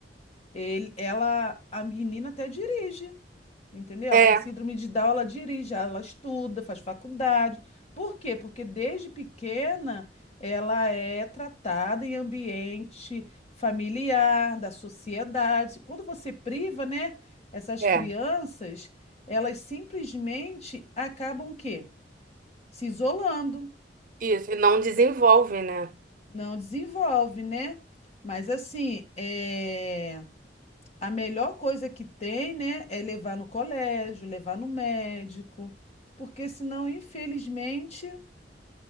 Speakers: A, on the left; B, on the right.
A: ele, ela, a menina até dirige. Entendeu?
B: É,
A: Ela tem síndrome de Down, ela dirige, ela estuda, faz faculdade. Por quê? Porque desde pequena ela é tratada em ambiente familiar, da sociedade. Quando você priva, né, essas
B: é.
A: crianças, elas simplesmente acabam o quê? Se isolando,
B: Isso, e não desenvolve, né?
A: não desenvolve, né? Mas assim, é... A melhor coisa que tem, né, é levar no colégio, levar no médico, porque senão, infelizmente,